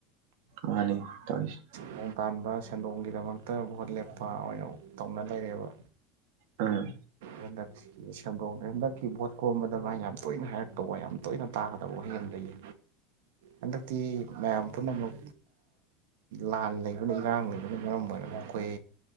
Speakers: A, on the right; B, on the right.
A: ꯃꯥꯅꯤ ꯇꯧꯔꯤꯁꯦ
B: ꯅꯣꯡ ꯇꯥꯟꯕ ꯁꯦꯟꯗꯣꯡꯒꯤꯗꯃꯛ ꯐ ꯣꯠ ꯂꯦꯞꯄ ꯑꯣꯏꯅ ꯇꯧꯅ ꯂꯩꯔꯦꯕ
A: ꯎꯥ
B: ꯍꯟꯗꯛꯀꯤ ꯁꯧꯅꯦ ꯍꯟꯗꯛꯀꯤ ꯚꯣꯠ ꯀꯣꯝꯕꯗ ꯃꯥ ꯌꯥꯝ ꯇꯣꯏꯅ ꯍꯥꯏꯔꯛ ꯇꯧꯕ ꯌꯥꯝ ꯇꯣꯏꯅ ꯇꯥꯒꯗꯕ ꯋꯥꯍꯩ ꯑꯃ ꯂꯩꯌꯦ ꯍꯟꯗꯛꯇꯤ ꯃꯌꯥꯝ ꯄꯨꯝꯅꯃꯛ ꯂꯥꯟ ꯂꯩꯕꯅ ꯏꯔꯥꯡ ꯂꯩꯕꯅ ꯃꯔꯝ ꯑꯣꯏꯔꯒ ꯑꯩꯈꯣꯏ